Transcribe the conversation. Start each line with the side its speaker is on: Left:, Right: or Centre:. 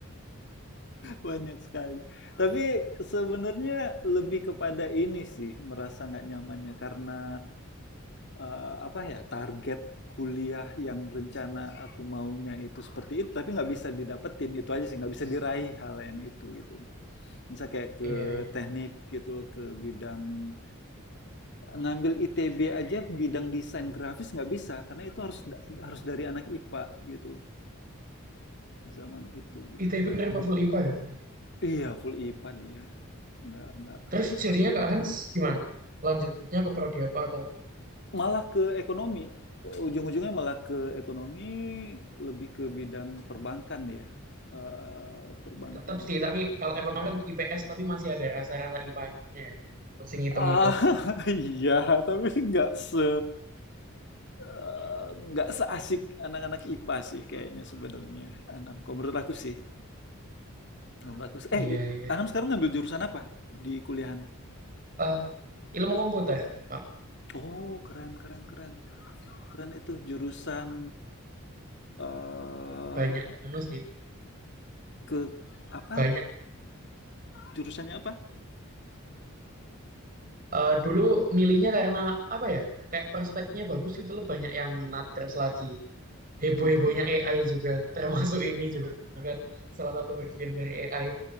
Left: banyak sekali. Tapi sebenarnya lebih kepada ini sih, merasa nggak nyamannya karena eh, apa ya, target kuliah yang rencana aku maunya itu seperti itu, tapi nggak bisa didapetin itu aja sih, nggak bisa diraih hal yang itu gitu. Misal kayak ke
Right: Iya, iya.
Left: teknik gitu loh, ke bidang ngambil ITB aja bidang desain grafis nggak bisa karena itu harus harus dari anak IPA gitu zaman itu gitu.
Right: ITB nerima full IPA ya berarti.
Left: Iya, full IPA dia, nggak nggak keren
Right: Terus jadinya
Left: banget.
Right: Kak Hans gimana? Lanjutnya ke prodi apa atau
Left: Malah ke ekonomi, ujung-ujungnya malah ke ekonomi, lebih ke bidang perbankan ya, eee, perbankan.
Right: tetap sih, tapi kalau ekonomi kan IPS tapi masih ada rasa-rasa IPA-nya ya. Masih ngitung-ngitung.
Left: Ah, <laughs> iya, tapi nggak se eee, nggak seasik anak-anak IPA sih kayaknya sebenarnya, Anam, kalau menurut aku sih, kalau menurut aku sih eh,
Right: Iya, iya.
Left: Anam sekarang ngambil jurusan apa di kuliahan?
Right: Eh, ilmu komputer. Pak
Left: Oh, keren keren keren. Keren itu jurusan, eee
Right: banyak anu sih.
Left: Ke apa,
Right: Banyak
Left: jurusannya apa?
Right: Eh, dulu milihnya karena apa ya? Kayak prospeknya bagus gitu loh, banyak yang minat terus lagi heboh-hebohnya
Left: Mhm.
Right: AI juga, termasuk ini juga kan salah satu bagian dari AI.